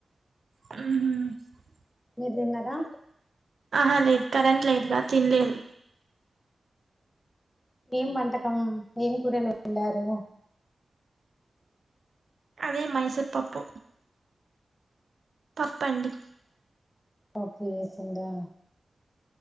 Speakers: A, on the right (about 65°); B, on the left (about 20°).
A: ఉమ్ హు
B: మీరు దిన్నరా
A: ఆహా లేదు కరెంట్ లేదుగా తినలేదు
B: ఏం వంటకం ఏం కూరలు వండారు
A: అదే మైసూర్పప్పు పప్పండి
B: పప్పు చేసిండ్రా